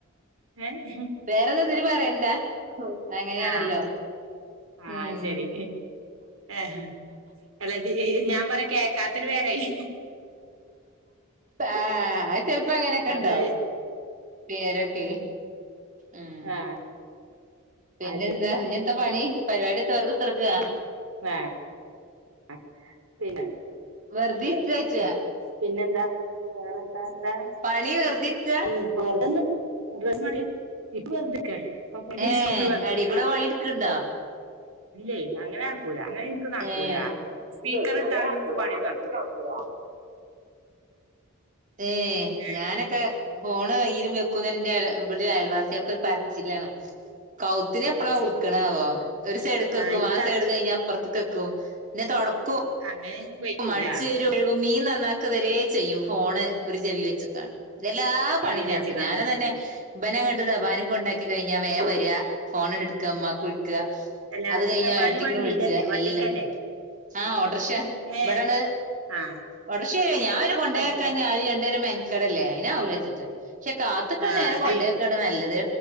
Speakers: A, on the right (about 70°); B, on the right (about 40°).
A: ഏഹ്
B: വേറെന്താ ഇതില് പറയണ്ടെ അങ്ങനെയാണല്ലോ
A: ആഹ് ആഹ്
B: ഉം
A: അത് ശരി ആഹ് അല്ലത് ഈ ഞാൻ പറയാ കേക്കാത്തൊരു പേരായി
B: പാ അഹ് ചെലപ്പം അങ്ങനെയൊക്കെണ്ടാവും
A: അത്
B: പേരൊക്കെ ഉം
A: ആഹ്
B: പിന്നെന്താ
A: അത്
B: ഇഞ്ഞെന്താ പണി പരിവാടിയെത്താ വെറ്തെ കുത്തർക്കാ
A: വേ ആഹ് പിന്നെ
B: വെറ്തിരിക്ക്യോയ്ച്ചാ
A: പിന്നെന്താ വേറെന്താ
B: പണി
A: വർത്താനം
B: വെറുതെ ഇരിക്കാ
A: ഉം വെറുതൊന്ന് ഡ്രസ്സ്മാറിയേക്ക് ഇപ്പം വെറ്തെക്കാ <unintelligible>
B: ഏഹ്
A: വെറുതെര്ക്ക
B: അടീ കൂടെ
A: ഇഞ്ഞ്പ്പോ
B: പണി എടുക്ക്ണ്ടോ
A: ഇല്ലേ അങ്ങനെ നടക്കൂല്ല അങ്ങനിം ഇന് ക്ക്‌ നടക്കൂലാ
B: ഏഹ്
A: സ്പീക്കർ
B: ഇല്ലേ
A: ഇട്ടാലും
B: അങ്ങനെ നടക്കൂല
A: ഇന്ക്ക് പണിയൊന്നും
B: അങ്ങനെ
A: നടക്കൂലാ
B: ഇപ്പ നടക്കൂല ഏഹ്
A: പിന്നെ
B: ഞാനൊക്കെ ഫോണ് കയ്യിലും വെക്കുന്നേന്‌ ഇന്റെ ഇവടെ അയൽവാസിയേക്കൊരു പറച്ചിലാണ് കൗത്തിനെ
A: ഉം
B: എപ്പളാ
A: അത് ശരി
B: ഉൾക്ക്‌ണാവോന്ന് ഒരു സൈഡ്ക്ക്‌ വെക്കും
A: എനിക്ക്
B: ആ സൈഡ്
A: അ
B: കഴിഞ്ഞാ പൊർത്ത്ക്കെ‌ക്കും പിന്നെ തൊടക്കും
A: അങ്ങനെ എനിക്ക് വയ്ക്കൂല
B: അടിച്ചേരും ഴ്കും മീൻ നന്നാക്ക വരെ ചെയ്യും ഫോണ് ഒരു ചെവി വെച്ച്ക്കാണ്ട് ഇതെല്ലാ
A: ചെവിയിൽ
B: പണിം ഞാൻ
A: വെച്ച്കാണ്ട്
B: ഇട്ക്കും ഞാനതന്നെ ഇബനങ്ങട്ട് <unintelligible> കൊണ്ടാക്കി കഴിഞ്ഞാ വേം വര്യാ ഫോണാണ് ഇ‌ട്ക്ക ഇമ്മാക്ക് വിളിക്കാ
A: അല്ല
B: അത് കഴിഞ്ഞാ
A: സബാന്
B: ഏട്ടത്തിക്ക്‌
A: വണ്ടിയിലല്ലേ
B: വിളിച്ച എല്ലാം
A: വണ്ടിക്കല്ലേ
B: ആഹ് ഓട്ടർക്ഷ
A: ഏ
B: ഇവടാണ്
A: ആ
B: ഓട്ടർക്ഷെ ഞാൻ പിന്നെ കൊണ്ടയാക്കാൻ
A: ബൈക്ക്
B: ചെ <unintelligible> രണ്ടേരം മെന്ക്കടല്ലേ അയിനാവുലാച്ച്ട്ട് പക്ഷെ കാത്ത്ക്ക്‌ണ
A: ആ
B: നേരം
A: അത്
B: കൊണ്ടയാക്കാട്ടൊ നല്ലത്